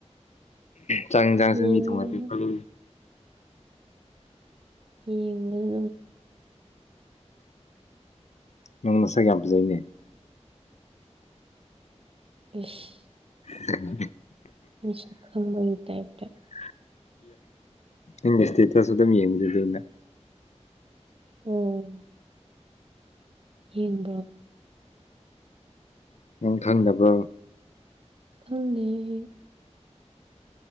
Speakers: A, on the left; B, on the right.
A: ꯆꯥꯛ ꯌꯦꯟꯁꯥꯡꯁꯨ
B: ꯌꯦꯡꯕꯗ
A: ꯃꯤ ꯊꯨꯡꯍꯜ <unintelligible>
B: ꯎꯝ꯫
A: ꯅꯪ ꯅꯁꯥꯛ ꯌꯥꯝ ꯐꯖꯩꯅꯦ
B: ꯏꯁ꯫
A: <unintelligible>
B: ꯏꯁ ꯈꯪꯕꯒꯤ ꯇꯥꯏꯤꯞꯇ꯫
A: <unintelligible> ꯅꯪꯒꯤ ꯏꯁꯇꯦꯇꯁꯁꯨ ꯑꯗꯨꯝ ꯌꯦꯡꯖꯗꯨꯅ꯫
B: ꯑꯣ ꯌꯦꯡꯕ꯭ꯔꯣ
A: ꯎꯝ ꯈꯪꯗꯕ꯭ꯔꯣ
B: ꯈꯪꯗꯦ ꯑꯩ